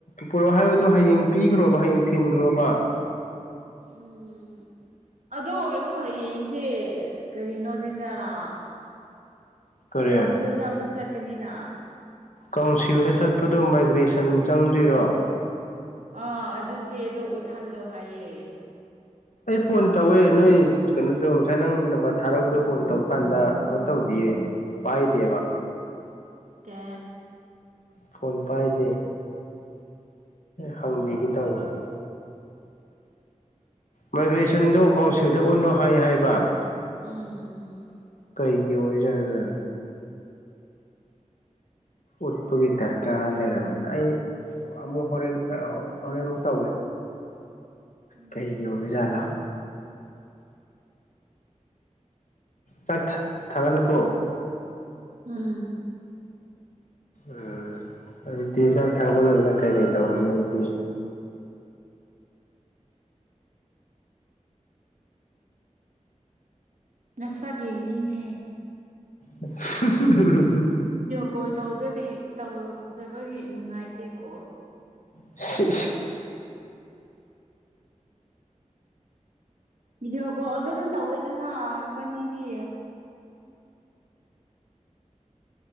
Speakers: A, on the left; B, on the right.
A: ꯄꯨꯔꯛꯑꯣ ꯍꯥꯏꯕꯗꯨꯣ ꯍꯌꯦꯡ ꯄꯤꯈ꯭ꯔꯣꯕ ꯍꯌꯦꯡ ꯊꯤꯟꯈ꯭ꯔꯣꯕ
B: ꯎꯝ ꯑꯗꯨ ꯑꯣꯏꯔꯁꯨ ꯍꯌꯦꯡꯁꯦ ꯀꯔꯤꯅꯣꯗꯤꯗꯔꯥ
A: ꯀꯔꯤ
B: ꯀꯥꯎꯟꯁꯤꯜꯗ ꯑꯃꯨꯛ ꯆꯠꯀꯅꯤꯅ
A: ꯀꯥꯎꯁꯤꯜꯗ ꯆꯠꯄꯗꯨꯣ ꯃꯥꯏꯒ꯭ꯔꯦꯁꯟ ꯆꯪꯗ꯭ꯣꯏꯔꯣ
B: ꯑꯥ ꯑꯗꯨ ꯆꯦꯗꯣ ꯎꯠꯊꯜꯂꯣ ꯍꯥꯏꯌꯦꯦ
A: ꯑꯩ ꯐꯣꯟ ꯇꯧꯋꯦ ꯅꯣꯏ ꯀꯩꯅꯣꯗꯣ ꯉꯁꯥꯏ ꯅꯪ ꯅꯝꯕꯔ ꯊꯥꯔꯛꯄꯗꯣ ꯐꯣꯟ ꯇꯧꯕ ꯀꯥꯟꯗꯩꯅꯣ ꯇꯌꯦ ꯄꯥꯏ ꯕ
B: ꯇꯦ
A: ꯐꯣꯟ ꯄꯥꯏꯗꯦ ꯍꯪꯕꯤꯒꯦ ꯇꯧꯕꯅꯦ ꯃꯥꯏꯒ꯭ꯔꯦꯁꯟꯗꯣ ꯎꯀꯥꯎꯁꯤꯡꯗ ꯎꯠꯂꯣ ꯍꯥꯏ ꯍꯥꯏꯕ
B: ꯎꯝ
A: ꯀꯩꯒꯤ ꯑꯣꯏꯖꯅꯅ ꯎꯠꯄꯒꯤ ꯗꯔꯀꯥꯔ ꯂꯩꯔꯝꯝꯕꯅ ꯑꯩ ꯑꯃꯨꯛ ꯍꯣꯔꯦꯟ ꯍꯣꯔꯦꯟ ꯑꯃꯨꯛ ꯇꯧꯒꯦ
B: ꯎꯝ
A: ꯀꯩꯒꯤꯣꯕꯤ ꯆꯂ ꯆꯥꯛ ꯊꯥꯒꯠꯂꯕꯣ
B: ꯑꯝ
A: ꯎꯝ ꯑꯗꯨꯗꯤ ꯆꯥꯛ ꯊꯥꯛꯄ ꯂꯣꯏꯔꯒ ꯀꯩ ꯀꯩ ꯇꯧꯔꯅꯤ ꯑꯗꯨꯗꯤ
B: ꯅꯁꯛꯒ ꯌꯦꯡꯅꯤꯡꯉꯦ
A: <unintelligible> ꯎꯝ
B: ꯀꯣ ꯇꯧ ꯇꯧꯗꯕꯒꯤ ꯅꯨꯡꯉꯥꯏꯇꯦꯀꯣ
A: ꯁꯤ
B: ꯏꯗꯤ ꯍꯀꯣ ꯑꯗꯨꯝ ꯇꯧꯋꯦꯗꯅ ꯏꯕꯥꯅꯤꯗꯤ